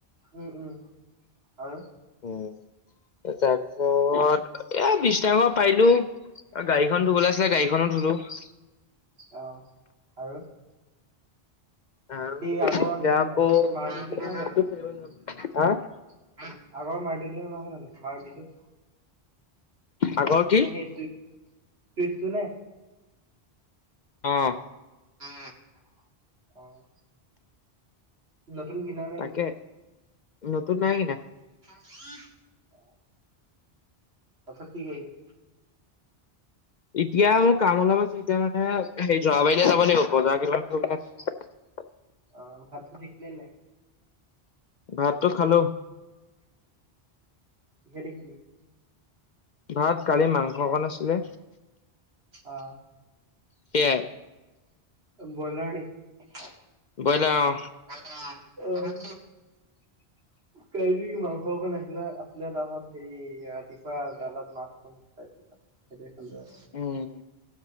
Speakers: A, on the right (about 75°); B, on the left (about 55°).
A: উম উম আৰু
B: উম <inaudible> <unintelligible> তাৰ পাছত এ বিশটা পাৰিলোঁ গাড়ীখন ধুবলৈ আছিলে গাড়ীখনো ধুলোঁ-
A: অ আৰু-
B: আৰু
A: সি আগৰ
B: এতিয়া
A: সি আগৰ
B: আকৌ
A: নামটো কি
B: ক্ৰিকেটটো
A: কয় যে
B: খেলিবলৈ যাম।
A: -
B: হা
A: আগৰ মাৰটিটো অনা নহয় জানো মাৰটিটোত।
B: আগৰ কি
A: নে সেই চুইফটো নে? -
B: অ-
A: উম আহ- নতুন কিনা নাই
B: তাকে
A: নেকি?
B: নতুন নাই কিনা-
A: তাৰ পাছত কি কৰিছে
B: এতিয়া মোৰ কাম অলপ আছিলে এতিয়া মানে সেই যৱাবাৰিলে যাব লাগিব, বজাৰ কেইটামান কৰিব
A: অঁ, ভাত-পানী খালে নাই?
B: ভাতটো খালো
A: খৰি <unintelligible> খি <unintelligible>
B: ভাত খালোঁ মাংস অকণ আছিলে।
A: অঁহ
B: সেয়াই।
A: ব্ৰইলাৰ নেকি?
B: ব্ৰইলা অঁ।
A: ব্ৰইলা অঁ, অ, আধা কেজি আনিছিলোঁ।
B: <inaudible>
A: কালিৰ মাংস অকণ আহিলে, আছিলে। তাপাছত হেৰি, ৰাতিপুৱা জালত মাছ অকণ পাইছিলো। সেইটোৱে খালোঁ আও।
B: উম,